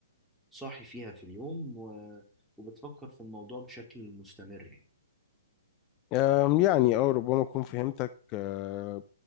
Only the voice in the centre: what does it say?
صاحي فيها في اليوم و... وبتفكر في الموضوع بشكل مستمر يعني.